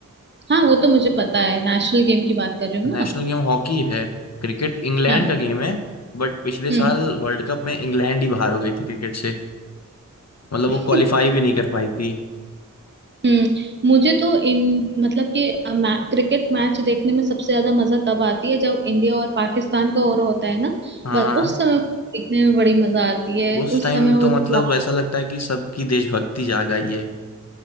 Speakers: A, on the right (about 35°); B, on the left (about 55°).
A: हाँ वो तो मुझे पता है नेशनल गेम की बात कर रहे हो
B: नेशनल
A: ना आप
B: गेम हॉकी है क्रिकेट इंग्लैंड
A: हाँ
B: का गेम है बट पिछले
A: हम्म
B: साल वर्ल्ड कप में इंग्लैंड ही बाहर हो गई थी क्रिकेट से मतलब वो
A: <laughs>
B: क्वालिफाई भी नहीं कर पाई थी
A: हम्म मुझे तो इन मतलब कि अ, मै, क्रिकेट मैच देखने में सबसे ज्यादा मजा तब आती है जब इंडिया और पाकिस्तान का हो रहा होता है ना
B: हाँ
A: बस उस समय देखने में बड़ी मजा आती है
B: उस
A: उस
B: टाइम
A: समय वो
B: तो
A: जो
B: मतलब
A: लास्ट
B: ऐसा लगता है कि सबकी देशभक्ति जाग आई है